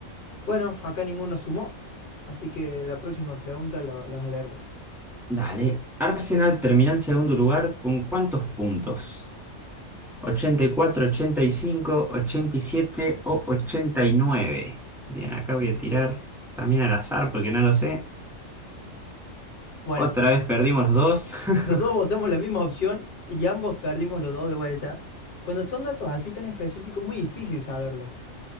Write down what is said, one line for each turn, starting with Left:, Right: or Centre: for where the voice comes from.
Left: Bueno, acá ninguno sumó. Así que la próxima pregunta la, la vas a leer vos.
Centre: Dale, Arsenal terminó en segundo lugar con ¿cuántos puntos? ochenta ochenta y y cuatro ochenta y cinco ochenta y siete o ochenta y nueve Bien, acá voy a tirar también al azar porque no lo sé.
Left: Bueno,
Centre: Otra vez perdimos los dos. <laughs>
Left: Los dos votamos la misma opción y ambos perdimos los dos de vuelta. Cuando son datos así tan específicos, es muy difícil saberlos.